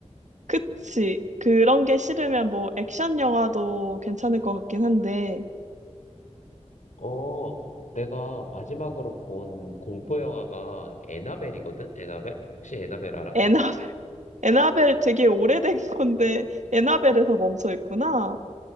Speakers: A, on the right (about 80°); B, on the left (about 90°).
A: 그치. 그런 게 싫으면 뭐 액션 영화도 괜찮을 것 같긴 한데,
B: 어, 내가 마지막으로 본 공포 영화가 애나벨이거든? 애나벨? 혹시 애나벨 알아?
A: 에나벨, <laughs> 에나벨 되게 오래된 건데, 에나벨에서 멈춰 있구나.